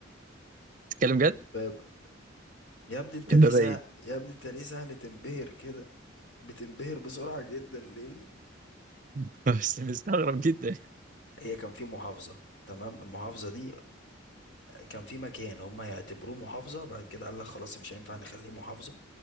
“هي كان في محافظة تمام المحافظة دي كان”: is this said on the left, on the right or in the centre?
Left